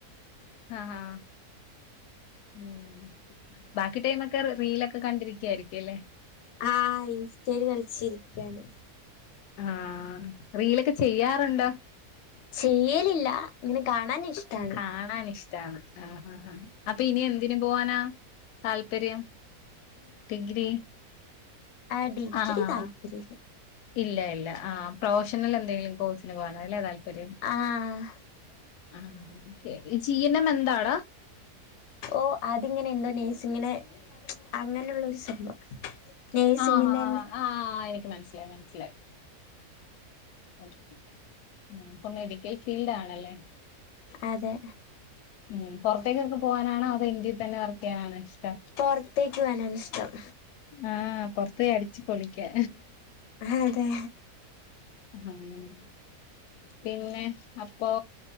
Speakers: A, on the left; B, on the left.
A: ആഹ് ആഹ് ഉം ബാക്കി ടൈമൊക്കെ റീ റീലൊക്കെ കണ്ടിരിക്കായിരിക്കല്ലേ?
B: ആഹ് ഇൻസ്റ്റേല് കളിച്ചിരിക്ക്യാണ്
A: ആഹ് റീലൊക്കെ ചെയ്യാറുണ്ടോ
B: ചെയ്യലില്ല ഇങ്ങനെ കാണാൻ ഇഷ്ടാണ്
A: കാണാൻ ഇഷ്ടാണ് ആഹ് ആഹ് ആഹ് അപ്പ ഇനി എന്തിന് പോവാനാ താല്പര്യം ഡിഗ്രി
B: ആഹ് ഡിഗ്രി
A: ആഹ്
B: താല്പര്യല്ല
A: ഇല്ല ഇല്ല ആഹ് പ്രൊഫഷണൽ എന്തെങ്കിലും കോഴ്സിന് പോകാന അല്ലേ താല്പര്യം
B: ആഹ്
A: ആഹ് ഓക്കേ ഈ ജീ എൻ എം എന്താടാ
B: ഓഹ് അതിങ്ങനെ എന്തോ നഴ്സിങ്ങനെ അങ്ങനെ ള്ളൊരു സംഭവം നെയ്സിങ്ങിന്റെന്നെ
A: ആഹ് ആഹ് ആഹ് എനിക്ക് മനസ്സിലായി മനസ്സിലായി ഓക്കേ ഉം ഇപ്പൊ മെഡിക്കൽ ഫീൽഡ് ആണല്ലേ
B: അതെ
A: ഉം പൊറത്തേക്കൊക്കെ പോകാനാണോ അതോ ഇന്ത്യയിൽ തന്നെ വർക്ക് ചെയ്യാനാണോ ഇഷ്‌ടം
B: പൊർത്തേക്ക് പോവാനാണിഷ്ടം
A: ആഹ് പൊറത്ത് പോയി അടിച്ചുപൊളിക്കാ
B: ആഹ് അതെ
A: ഏഹ് പിന്നെ അപ്പൊ